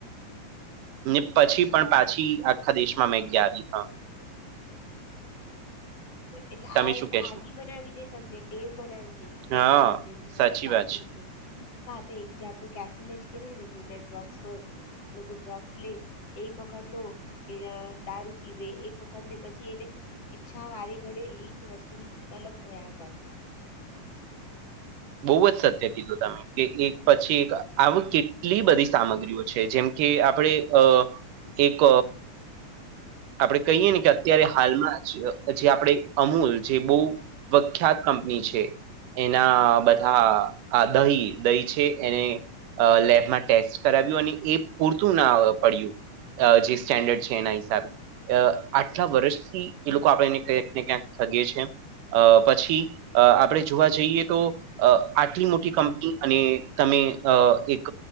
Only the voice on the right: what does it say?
ને
પછી
પણ પાછી આખા દેશમાં મેં ગયા આવી હા
તમે
શું
કેશો
હા
સાચી
વાત છે
બહુ જ સત્ય કીધું તમે કે એક પછી એક આવ કેટલી બધી સામગ્રીઓ છે જેમ કે આપણે અ એક આપણેે કહીએ ને કે અત્યારે હાલમાં જે આપણે અમૂલ જે બહુ પ્રખ્યાત કંપની છે એના
બધા આ દહી દહી છે એને લેબમાં ટેસ્ટ કરાવ્યું અને એ પૂરતું ના પડ્યું જે સ્ટેન્ડર્ડ છે એના હિસાબે આટલા વર્ષથી એ લોકો આપેને ક્યાંક ને ક્યાંક થગે છે અ પછી અ આપણે જોવા જઈએ તો અ આટલી મોટી કંપની અને તમે અ એક